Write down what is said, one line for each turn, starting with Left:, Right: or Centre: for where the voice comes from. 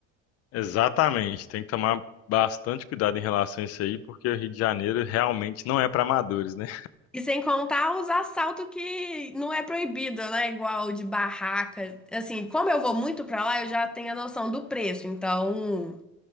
Left: Exatamente, tem que tomar bastante cuidado em relação a isso aí, porque o Rio de Janeiro realmente não é para amadores, né?
Centre: E sem contar os assaltos que não é proibido, né? Igual de barraca. Assim, como eu vou muito pra lá, eu já tenho a noção do preço. Então,